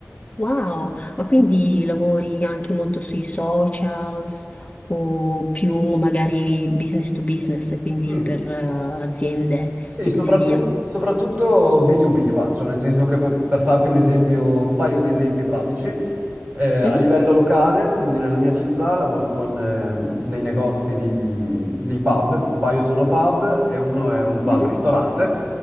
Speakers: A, on the left; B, on the right.
A: wow, ma quindi lavori anche molto sui socials o più magari business to business, quindi
B: Mm.
A: per eh, aziende
B: Sì,
A: e
B: soprattutto,
A: così via?
B: soprattutto B2B faccio, nel senso che per, per farti un esempio, un paio di esempi pratici, eh, a
A: Mhm,
B: livello locale, quindi nella mia città lavoro con ehm, dei negozi di, dei pub, un paio sono pub e uno è un pub-ristorante
A: mhm,